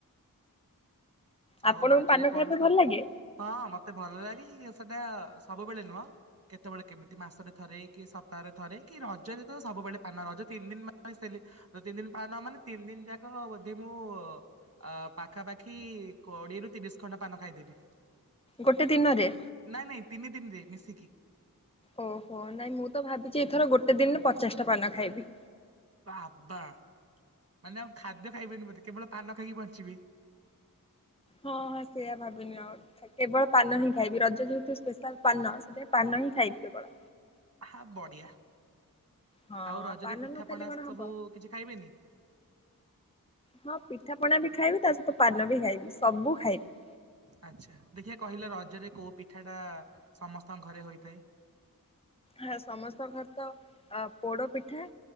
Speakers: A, on the left; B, on the right.
A: ଆପଣଙ୍କୁ
B: ଆଉ ରଜରେ
A: ପାନ
B: କଣ
A: ଖାଇବା ପାଇଁ
B: ସବୁ
A: ଭଲ ଲାଗେ
B: ହଁ ମତେ ଭଲ ଲାଗେ ସେଟା ସବୁବେଳେ ନୁହଁ। କେତେବେଳେ କେମିତି ମାସରେ ଥରେ କି ସପ୍ତାହରେ ଥରେ କି ରଜରେ ତ ସବୁବେଳେ ପାନ ରଜ ତିନି ଦିନ <unintelligible> ତିନି ଦିନ ପାଳନ ହେବ ମାନେ ତିନି ଦିନ ଯାକ ବୋଧି ମୁଁ ଅ ପାଖାପାଖି କୋଡ଼ିଏ ରୁ ତିରିଶ ଖଣ୍ଡ ପାନ ଖାଇଥିଲି।
A: ଗୋଟେ ଦିନରେ?
B: ନାଇଁ ନାଇଁ ତିନି ଦିନି ରେ ମିଶିକି।
A: ଓହୋ ନାଇଁ ମୁଁ ତ ଭାବିଛି ଏଥର ଗୋଟେ ଦିନରେ ପଚାଶ ଟା ପାନ ଖାଇବି।
B: ବାବା ମାନେ ଆଉ ଖାଦ୍ୟ ଖାଇବେନି କେବଳ ପାନ ଖାଇକି ବଞ୍ଚିବେ।
A: ହଁ ହଁ ସେଇଆ ଭାବିନିଅ ଆଉ। କେବଳ ପାନ ହିଁ ଖାଇବି ରଜ ଯେହେତୁ ସ୍ପେଶାଲ ପାନ ସେଥିପାଇଁ ପାନ ହିଁ ଖାଇବି କେବଳ।
B: ଆହା ବଢ଼ିଆ
A: ହଁ।
B: ଆଉ ରଜରେ
A: ପାନ
B: ପିଠା
A: ନ ଖାଇଲେ
B: ପଣା
A: କଣ
B: ସବୁ
A: ହବ
B: କିଛି ଖାଇବେନି?
A: ହଁ ପିଠାପଣା ବି ଖାଇବି ତା ସହିତ ପାନ ବି ଖାଇବି ସବୁ ଖାଇବି।
B: ଆଚ୍ଛା ଦେଖିଆ କହିଲ ରଜରେ କୋଉ ପିଠା ଟା ସମସ୍ତଙ୍କ ଘରେ ହୋଇଥାଏ?
A: ହା ସମସ୍ତଙ୍କ ଘରେ ତ ପୋଡ଼ ପିଠା